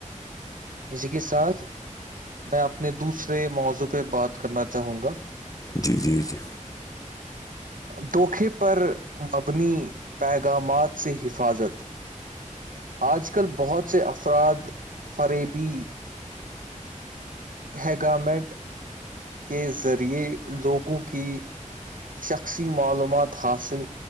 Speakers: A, on the right; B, on the left.
A: اسی کے ساتھ میں اپنے دوسرے موضوع پہ بات کرنا چاہوں گا
B: جی جی جی
A: دھکے پر مبنی پیغامات سے حفاظت آج کل بہت سے افراد فریبی ہیگامنٹ کے ذریعے لوگوں کی شخصی معلومات حاصل